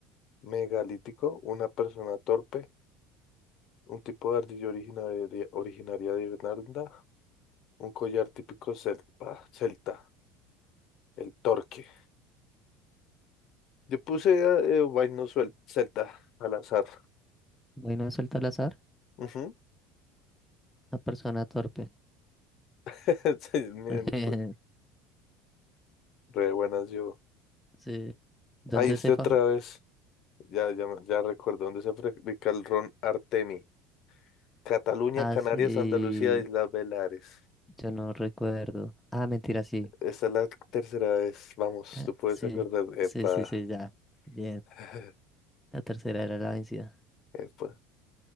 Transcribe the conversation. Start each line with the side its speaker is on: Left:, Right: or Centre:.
Left: Megalítico, una persona torpe, un tipo de ardilla originaria, originaria de Irlanda, un collar típico celta, celta, el torque. Yo puse ah, eh, vaino suel- celta al azar.
Centre: Bueno, a soltar al azar,
Left: Ujú.
Centre: una persona torpe.
Left: <laughs> Sí, miren,
Centre: <laughs>
Left: fue re buenas yo.
Centre: Sí. ¿Dónde
Left: Ahí estoy
Centre: se fa?
Left: otra vez. Ya, ya, me- ya recuerdo dónde se fabrica el ron Artemi. Cataluña,
Centre: Ah,
Left: Canarias,
Centre: sí.
Left: Andalucía, Islas Baleares.
Centre: Yo no recuerdo. Ah, mentira, sí.
Left: Esta es la tercera vez. Vamos,
Centre: Ca-
Left: tú puedes
Centre: Sí,
Left: acordar. Epa.
Centre: sí, sí, sí, ya. Bien.
Left: <laughs>
Centre: La tercera era la vencida.
Left: Epa.